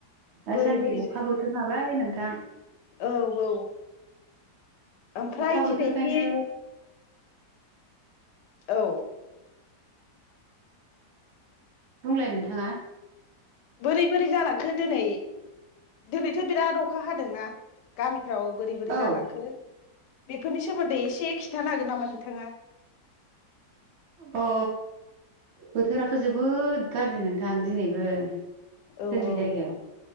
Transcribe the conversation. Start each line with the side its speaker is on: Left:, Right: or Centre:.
Right: दासान्दि
Left: बोरै बोरै
Right: अखा बोथोर नालाय नोंथां।
Left: औ औ ओमफ्राय
Right: अखा बोथोरखायनो
Left: दिनैनि औ।
Right: बुंलाय नोंथाङा।
Left: बोरै बोरै जालांखो दोनै? दिनैथ' बिराद अखा हादोंना। गामिफ्राव बोरै बोरै
Right: औ
Left: जालांखो? बेफोरनि सोमोन्दै एसे खिन्थानो हागोन नामा नोंथाङा?
Right: अ बोथोराथ' जोबोद गारजि नोंथां दिनैबो। जोंनि
Left: औ औ
Right: जायगायाव।